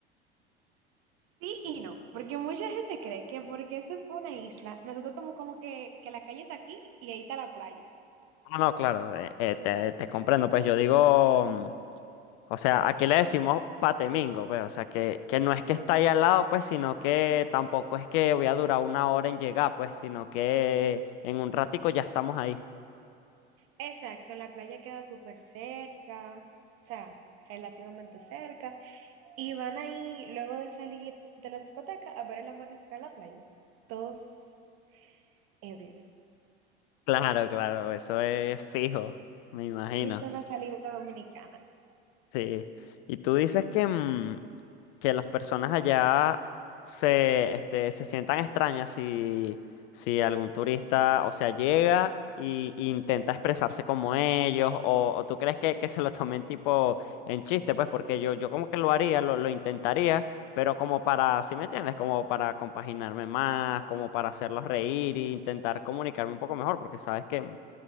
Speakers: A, on the right; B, on the left.
A: Sí y no, porque mucha gente cree que porque esta es una isla, nosotros estamos como que, que la calle está aquí y ahí está la playa.
B: No, no, claro, eh, eh, te, te comprendo. Pues yo digo, mm, o sea, aquí le decimos patemingo, pues. O sea, que, que no es que está ahí al lado, pues, sino que tampoco es que voy a durar una hora en llegar, pues, sino que en un ratico ya estamos ahí.
A: Exacto, la playa queda súper cerca, o sea, relativamente cerca, y van ahí luego de salir de la discoteca a ver el amanecer a la playa, todos ebrios.
B: Claro, claro, eso es fijo, me imagino.
A: Esa es una salida dominicana.
B: Sí, y tú dices que, mm, que las personas allá se, este, se sientan extrañas si, si algún turista, o sea, llega y, y intenta expresarse como ellos, o, o tú crees que, que se lo tomen tipo en chiste, pues porque yo, yo como que lo haría, lo, lo intentaría, pero como para, ¿sí me entiendes? Como para compaginarme más, como para hacerlos reír e intentar comunicarme un poco mejor, porque sabes que mm,